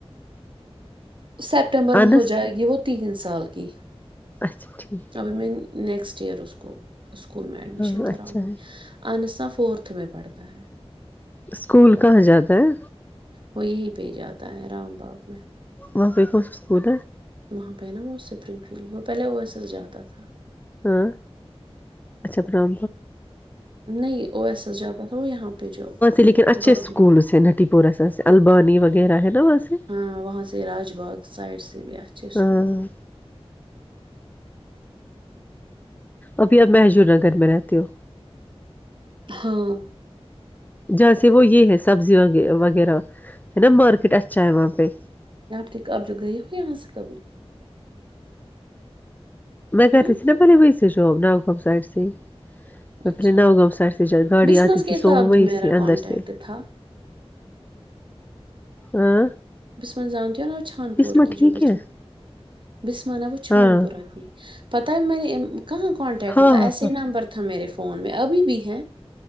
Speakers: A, on the right; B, on the left.
A: سیپٹمبر
B: انس
A: میں ہو جائے گی وہ تین سے مثال کی
B: اچھا ٹھیک
A: ابھی میں نیکسٹ ٹییروس کو اسکول میں ایڈمشن
B: ہاں
A: کراؤں
B: اچھا
A: گی
B: ہے
A: اہن س فورتھ ہتھ میں پڑتا ہے
B: اسکول کہاں جاتا ہے
A: وہ یہی پہ ج آاتا ہے رام باغ میں
B: بقئی کو س سکول ہے
A: وہاں پہ نا وہ سپرنگ فیلڈ وہ پہلے او ایس ایس جاتا تھا
B: ہاں اچھا
A: نہیں او ایس ایس جاتا تھا وہ یہاں پہ جو
B: لیکن اچھ
A: گوجو
B: سکولس سے نٹی پورہ البانی وغیرہ ہے نا وہاں سے
A: ہاں وہاں سے راج باغ سائڈ سے بھی اچھے اسکول
B: ہاں ابھی اب محجور نگر میں رہتی ہو
A: ہاں
B: جہاں سے وہ یہ ہے سبزی وغیرہ ہے نا مارکیٹ اچھا ہے وہاں پہ
A: آپ د اب جو گئے ہو یہاں سے کبھی
B: میں کرتی
A: ہاں
B: س نا پلے کو سش جو بناقف سائٹ سے میں
A: اچھا
B: پہلے ناؤ گاؤں سائڈ سے گاڑی
A: بسمس
B: آتی تھی
A: کے ساتھ
B: سوم ہوئیی
A: بھی میرا کانٹیکٹ
B: اندر سے
A: تھا
B: ہاں
A: بسمان جانتی ہو نا چھانپور
B: بسما
A: کی
B: ٹھیک
A: جو بسم
B: ہے
A: بسمان ہے وہ چھانپورہ
B: ہاں
A: کی پتہ ہے میں نے کہاں کانٹیکٹ
B: ہاں
A: تھا
B: ہاں
A: ایسے
B: ہاں
A: نمبر تھا میرے ف فون میں ابھی بھی ہیں